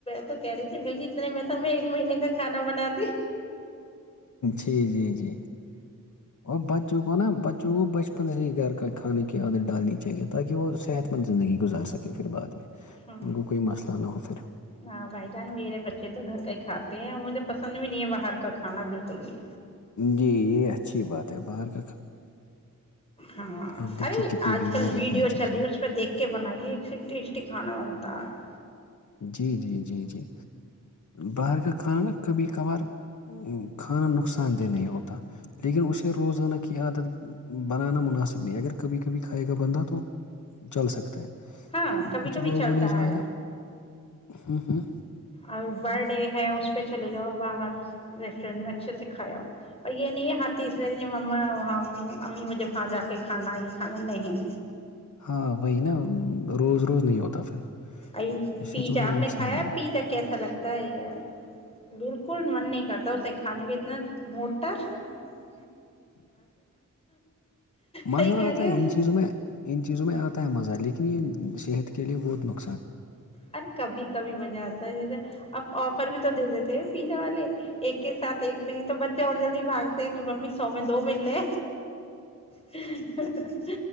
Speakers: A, on the left (about 20°); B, on the left (about 65°).
A: تو کہہ رہی تھی بھائی اتنے میں تو میں ایک مہینے کا کھانا بنا دی
B: جی جی جی اور بچوں کو نا بچوں کو بچپن سے ہی گھر کا کھانے کی عادت ڈالنی چاہیے تاکہ وہ صحت مند زندگی گزار سکے پھر بعد میں
A: ہ
B: ان کو کوئی مسئلہ نہ ہو پھر
A: ہاں بھائی جان میرے بچے تو گھر کا ہی کھاتے مجھے پسند بھی نہیں ہے باہر کا کھانا بالکل بھی
B: جی یہ اچھی بات ہے باہر کے
A: ہاں
B: آپ دیکھیے
A: ارے
B: کتنی
A: آج
B: بیماریاں
A: کل ویڈیو
B: پھیل چکی
A: چل رہی اس پہ دیکھ کے بنائیے ایک سے ٹیسٹی کھانا بنتا ہے
B: جی جی جی جی باہر کا کھانان نا کبھی کبھار کھانا نقصان
A: ہے
B: دہ نہیں ہوتا لیکن اسے روزانہ کی عادت بنانا مناسب نہیں اگر کبھی کبھی کھائے گا بندہ تو چل سکتا ہے
A: ہاں کبھی
B: کچھ
A: کبھی
B: لوگوں
A: چلتا
B: نے جو
A: ہے
B: ہوں ہوں
A: اور بر ڈے ہے اس پہ چلے جاؤ آب باہر ریسٹورینٹ میں اچھے سے کھایا ہوؤ پر یہ نہیں ہے ہر تیسرے دن ما وہاں امی مجھے وہاں جا کے کھانا ہے یہ کھانا نہیں
B: ہاں وہی نا روز روز نہیں ہوتا پھر
A: ا
B: اس سے
A: پیزا
B: تو پھر
A: آپ نے
B: نقصان
A: کھایا
B: ہی ہے۔
A: پیزا کیسا لگتا ہے یار بالکل من نہیں تو سے کھانے بھی اتنا مو کتر <unintelligible> صحیح
B: مزہ
A: کہہ
B: آتا
A: رہی
B: ہے
A: ہو
B: ان چیزوں میں ان چیزوں میں آتا ہے مزہ لیکن اتنی صحت کے لیے بہت نق
A: اورر کبھی کبھی بجہات اب آفر بھی تو دے دیتے ہیں پیزا والے ایک کے ساتھ ایک پی تو بچے اور جلدی بھاگتے کہ ممی سو میں دو مل لے سہی